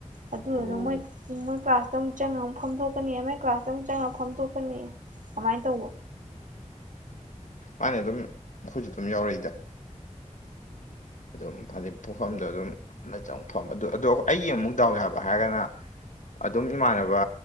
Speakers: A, on the right (about 80°); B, on the left (about 70°).
A: ꯑꯗꯨꯗꯨꯅ
B: ꯑꯣ
A: ꯃꯣꯏ ꯃꯣꯏ ꯀ꯭ꯂꯥꯁꯇ ꯑꯃꯨꯛ ꯆꯪꯉ ꯑꯃꯨꯛ ꯐꯝꯗꯣꯛꯀꯅꯤ ꯑꯃꯒꯤ ꯀ꯭ꯂꯥꯁ ꯈꯤꯇꯪ ꯆꯪꯉ ꯐꯝꯗꯣꯛꯀꯅꯤ ꯑꯃꯥꯏꯅ ꯇꯧꯕ
B: ꯊꯥꯏꯅ ꯑꯗꯨꯝ ꯑꯩꯈꯣꯏꯁꯨ ꯑꯗꯨꯝ ꯌꯥꯎꯔꯛꯏꯗ ꯑꯗꯨꯝ ꯍꯥꯏꯗꯤ ꯄꯨꯝꯐꯝꯗ ꯑꯗꯨꯝ ꯆꯪꯐꯝ ꯑꯗꯨ ꯑꯗꯣ ꯑꯩꯒꯤ ꯑꯃꯨꯛ ꯗꯥꯎ ꯌꯥꯕ ꯍꯥꯏꯔꯒꯅ ꯑꯗꯨꯝ ꯏꯃꯥꯟꯅꯕ